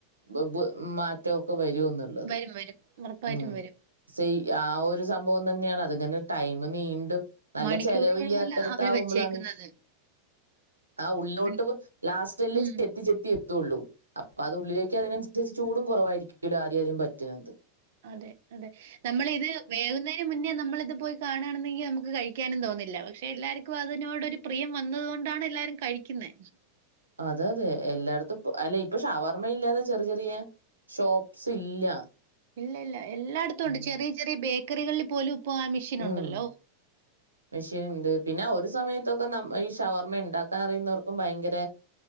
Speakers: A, on the right (about 80°); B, on the right (about 55°).
A: ബ് ബ് മാറ്റൊ ഒക്കെ വരു ന്ന്ള്ളത്
B: വരും വരും ഉറപ്പായിട്ടും
A: ഉം
B: വരും.
A: സെയ്‌ ആ ഒരു സം പൊതന്നെയാണ് അത്ങ്ങന ടൈം നീണ്ടും നല്ല
B: മണിക്കൂറുകളോളം
A: ചെലവില്ലാത്തരത്ത
B: അവര്
A: ആകുമ്പോളാണ്
B: വെച്ചേക്കുന്നത്.
A: ആ ഉള്ളിലോട്ട്
B: മണി
A: ലാസ്റ്റ്ല്ല
B: ഉം.
A: ചെത്തി ചെത്തി എ തുള്ളൂ അപ്പൊ അത്ള്ളിലേക്ക് അതിനനുസരിച്ച് ചൂടും കുറവായിരിക്കല്ലോ ആദ്യം ആദ്യം പറ്റ്ണത്
B: അതെ അതെ നമ്മള ഇത് വേകുന്നതിന് മുന്നേ നമ്മള് ഇത് പോയി കാണാണ്ന്നെങ്കി നമുക്ക് കഴിക്കാനും തോന്നില്ല പക്ഷെ എല്ലാർക്കും അതിനോടരു പ്രിയം വന്നത് കൊണ്ടാണ് എല്ലാരും കഴിക്കുന്നെ
A: അതെ അതെ എല്ലായിടത്തും പ്പോ അല്ല ഇപ്പൊ ഷവർമ്മ ഇല്ലാതെ ചെറി ചെറിയ ഷോപ്സ് ഇല്ല
B: ഇല്ല ഇല്ല എല്ലായിടത്തും
A: ഉം.
B: ഉണ്ട് ചെറിയ ചെറിയ ബേക്കറികളിൽ പോലും ഇപ്പൊ ആ മെഷീൻ
A: ഉം
B: ഉണ്ടല്ലോ.
A: മെഷീൻ ഉണ്ട് പിന്നെ ഒ ഒരു സമയത്തൊക്കെ ന ഈ ഷവർമ്മ ഉണ്ടാക്കാൻ അറിയുന്നവർക്കും ഭയങ്കര